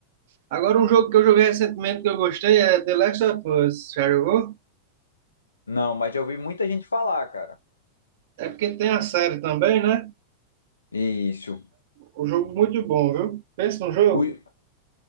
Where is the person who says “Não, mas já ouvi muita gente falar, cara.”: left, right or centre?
Left